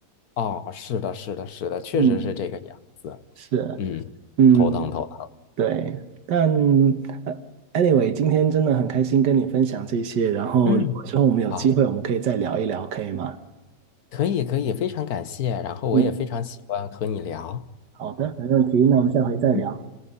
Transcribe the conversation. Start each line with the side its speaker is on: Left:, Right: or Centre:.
Left: 哦，是的，是的，是的，确实是这个样子。
Right: 嗯，是，
Left: 嗯，
Right: 嗯，
Left: 头疼头疼。
Right: 对，但呃 anyway，今天真的很开心跟你分享这些，然后如果之后我们有机会，
Left: 嗯，好，
Right: 我们可以再聊一聊，可以吗？
Left: 可以可以，非常感谢。然后我也非常喜欢和你聊，
Right: 嗯，好的，没问题，那我们下回再聊。
Left: 嗯，